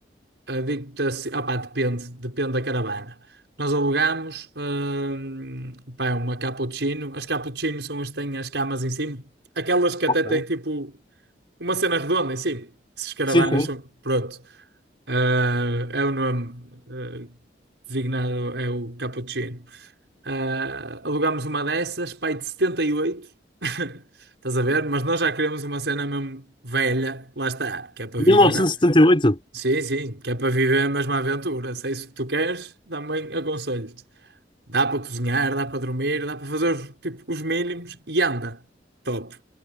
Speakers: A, on the right (about 80°); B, on the left (about 30°).
A: ah, digo-te assim, ah, pá, depende, depende da caravana. Nós alugámos, hum, pá, uma cappuccino. As cappuccinos são as que têm as camas em cima. Aquelas que até
B: Ok.
A: têm tipo Uma cena redonda em cima. Se escaravanas
B: Sim, sim.
A: são. Pronto. Ah, é o nome ah, designado, é o cappuccino. Ah, alugámos uma dessas, pai de setenta e oito <laughs> Estás a ver? Mas nós já queremos uma cena mesmo velha, lá está, que é para
B: 1978?
A: viver. a- Sim, sim, que é para viver a mesma aventura. Se é isso que tu queres, também aconselho-te. Dá para cozinhar, dá para dormir, dá para fazer os, tipo, os mínimos e anda. Top.